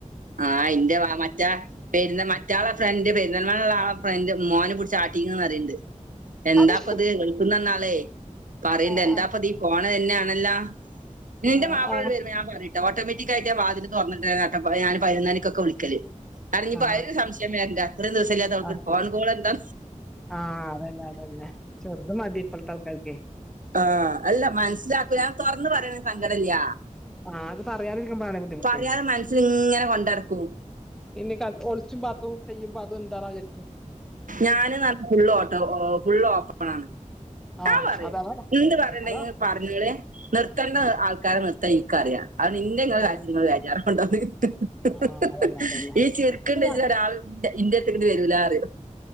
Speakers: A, on the right (about 80°); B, in the centre.
A: ആ, എന്റെ വ മറ്റേ പെരുന്ന മറ്റളെ ഫ്രണ്ട് പെരുന്തൽമണ്ണ ആ, ഫ്രണ്ട് മോനെ പിടിച്ച് ആട്ടിഞ്ഞ് എന്ന് പറയിണ്ട് എന്താപ്പത്
B: അതെ
A: ഗൾഫിനിന്നു വന്ന അളെ, പറയിണ്ട്,
B: ആ
A: എന്താപ്പതീ
B: ആ
A: ഫോൺ തന്നെയാണല്ല, എന്റെ
B: ആ
A: മാപ്പള
B: ആ
A: വരുങ്ങാണ്ട് പറയുട്ടോ ഓട്ടോമാറ്റിക് <unintelligible> വതില് തുറന്നിട്ട് <unintelligible> ഞാൻ പതിനൊന്ന് മണിക്കൊക്കെ വിളികല് അതിനിപ്പോ,
B: ആ
A: അയിന് സംശയം വരണ്ട, അത്രയും ദിവസല്ലാത്ത അവൾക്
B: ആ
A: ഒരു ഫോൺ കോൾ എന്താ
B: ആ, അതന്നെ അതന്നെ ചെറുത് മതി ഇപ്പോഴത്തെ ആൾകാർക്ക്.
A: ആ, അല്ല മനസ്സിലാക്ക് ഞാൻ തുറന്ന് പറയണേൽ സങ്കടല്ല.
B: ആ അത് പറയാതിരിക്കുമ്പളാണ് ബുദ്ധിമുട്ടേ
A: പറയാതെ മനസ്സിൽ ഇങ്ങനെ കൊണ്ടടക്കും.
B: ഇനി, ക ഒളിച്ചും പാത്തും ചെയ്യുബോ അതും എന്താവാ വിചാരിക്കും.
A: ഞാന്, നല്ല ഫുള്ള് ഓട്ട ഫുള്ള് ഓപ്പണാണ്.
B: ആഹ്
A: ഞാൻ പറയൂ,
B: അത അതാ
A: എന്ത് പറയണ്ടെങ്കിൽ
B: അതാ
A: പറന്നോള്ളീം, നിർത്തണ്ടേ
B: ഉം
A: ആൾക്കാരെ നിർത്ത ആയിനിക്കറിയാ അത് ഇന്റെ കാര്യത്തിൽ
B: അതെ
A: ഇങ്ങള് വെജാറാകണ്ട എന്ന്. ഹ്
B: ആഹ്
A: ഹ്
B: അതന്നെ
A: ഹ്
B: അതന്നെ
A: ഈ ചിരിക്കണ്ട്
B: ഞ
A: ഇജ്ജ് രാവിലെ ഇന്റെ അടുത്തിക്ക് വരുല്ല പറയും